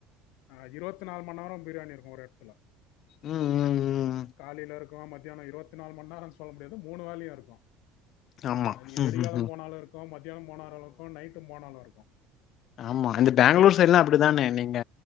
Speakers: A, on the left (about 75°); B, on the left (about 55°).
A: ஆ இருவத்து நாள் மணி நேரமு பிரியாணி இருக்கு ஒரு எடத்துல
B: ம் ம் ம்
A: காலைல இருக்கு மதியானோ இருவத் நாலு மணி நேரம் சொல்ல முடியாது மூணு வேலயு இருக்கு
B: ஆமா
A: அது நீங்க
B: ம்
A: வெடிகாலம்
B: ம் ம்
A: போனாலு இருக்கு மத்தியானம் போனாலு இருக்கு நைட்டு போனாலு இருக்கு
B: ஆமா இந்த பேங்களூர் சைட் எல்லா அப்டித்தானே நீங்க